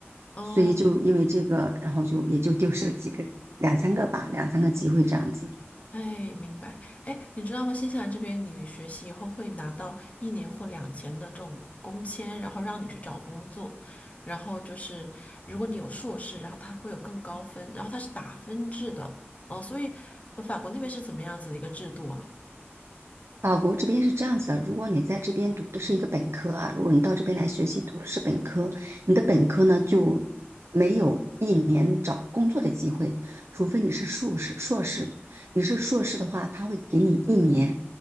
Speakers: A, on the left (about 30°); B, on the right (about 80°).
A: 哦，
B: 所以就因为这个，然后就也就丢失了几个两三个吧，两三个机会这样子。
A: 哎，明白。哎，你知道吗？新西兰这边，你学习以后会拿到一年或两年的这种工签，然后让你去找工作。然后就是，如果你有硕士，然后它会有更高分，然后它是打分制的。哦，所以，呃法国那边是怎么样子的一个制度啊？
B: 法国这边是这样子的，如果你在这边读的是一个本科啊，如果你到这边来学习读的是本科，你的本科呢就没有一年找工作的机会，除非你是硕士。硕士，你是硕士的话，他会给你一年，